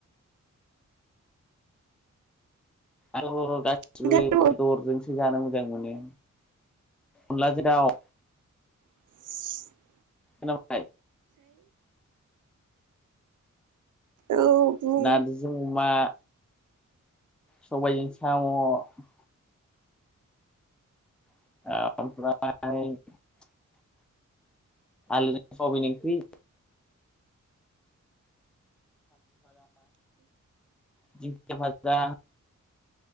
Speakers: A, in the centre; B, on the right.
A: आं हर' गासिबो
B: खोन्थाद'
A: दरजोंसो जानो मोजां मोनो अनलाजों दाव
B: ओमफ्राय
A: खोनाबाय?
B: औ बुं
A: नार्जिजों अमा सबाय जों साम' <unintelligible> आलुजों सयाबिन इंख्रि <inaudible> दिंखिया फाजा